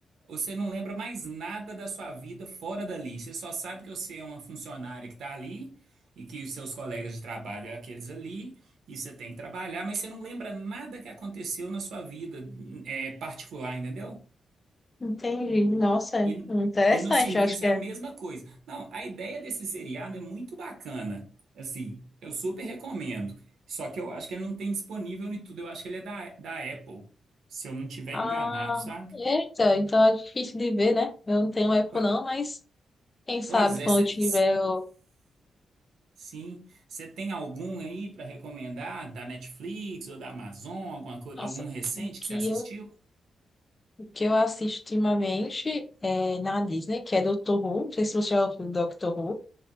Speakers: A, on the right; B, on the left.
A: Você não lembra mais nada da sua vida fora dali. Você só sabe que você é uma funcionária que está ali e que os seus colegas de trabalho é aqueles ali e você tem que trabalhar, mas você não lembra nada que aconteceu na sua vida é, particular, entendeu?
B: entendi. Nossa,
A: E,
B: interessante,
A: e no serviço
B: eu acho que
A: é
B: é.
A: a mesma coisa. Não, a ideia desse seriado é muito bacana. Assim, eu super recomendo. Só que eu acho que ele não tem disponível em tudo. Eu acho que ele é da, da Apple, se eu não tiver
B: Ah,
A: enganado, sabe?
B: eita, então é difícil de ver, né? Eu não tenho Apple
A: Pois
B: não, mas quem sabe
A: pois é,
B: quando
A: você
B: eu tiver, eu...
A: Sim. Você tem algum aí para recomendar da Netflix ou da Amazon, alguma coi-
B: Nossa,
A: algum recente
B: o que
A: que você assistiu?
B: eu, o que eu assisto ultimamente é na Disney, que é Doctor Who, não sei se você já ouviu Doctor Who,